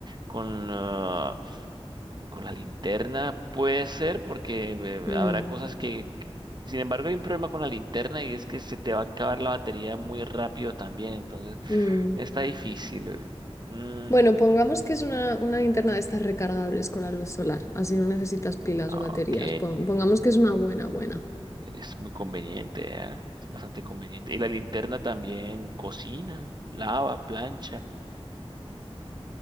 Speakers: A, on the right (about 45°); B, on the left (about 30°).
A: con ah, con la linterna. Puede ser porque eh,
B: Mm,
A: habrá cosas que que- Sin embargo, hay un problema con la linterna y es que se te va a acabar la batería muy rápido también, entonces
B: mm.
A: está difícil. Mm,
B: Bueno, pongamos que es una, una linterna de estas recargables con la luz solar, así no necesitas pilas
A: ah,
B: o baterías.
A: ok,
B: Pon- pongamos que es una buena, buena.
A: es muy conveniente, ¿eh? Es bastante conveniente. Y la linterna también cocina, lava, plancha.